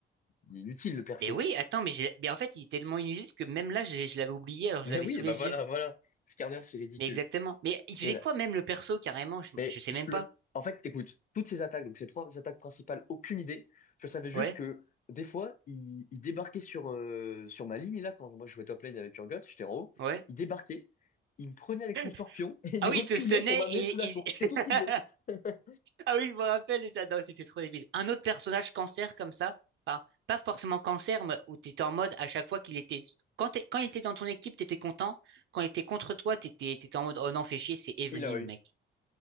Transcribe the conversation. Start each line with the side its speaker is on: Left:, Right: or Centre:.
Left: il est inutile, le perso.
Right: Mais oui, attends, mais, j'ai- mais en fait, il était tellement inutile que même là, je, je l'avais oublié, alors
Left: Mais
Right: je l'avais
Left: oui,
Right: sous
Left: bah
Right: les
Left: voilà,
Right: yeux.
Left: voilà. Skarner, c'est ridicule.
Right: Mais exactement. Mais il faisait
Left: Il y en
Right: quoi
Left: a-
Right: même le perso, carrément? Je,
Left: Mais
Right: je sais
Left: je-
Right: même pas.
Left: le... en fait, écoute, toutes ces attaques, donc ces trois attaques principales, aucune idée. Je savais juste
Right: Ouais,
Left: que des fois, il, il débarquait sur, euh, sur ma ligne, là, quand moi je jouais top lane avec Urgot, j'étais en haut.
Right: ouais.
Left: Il débarquait, il me prenait avec
Right: <laughs>
Left: son scorpion <laughs> et il
Right: Ah oui,
Left: reculait
Right: il te sonnait
Left: pour m'amener
Right: et
Left: sous la
Right: il...
Left: tour. C'est tout
Right: <laughs>
Left: ce qu'il faisait. <laughs>
Right: Ah oui, je me rappelle, et ça, non, c'était trop débile. Un autre personnage cancer comme ça, enfin, pas forcément cancer, mais où t'étais en mode à chaque fois qu'il était. Quand, t'es- quand il était dans ton équipe, t'étais content. Quand il était contre toi, t'étais, t'étais en mode oh non, fais chier, c'est Evelyn,
Left: Il a eu.
Right: mec.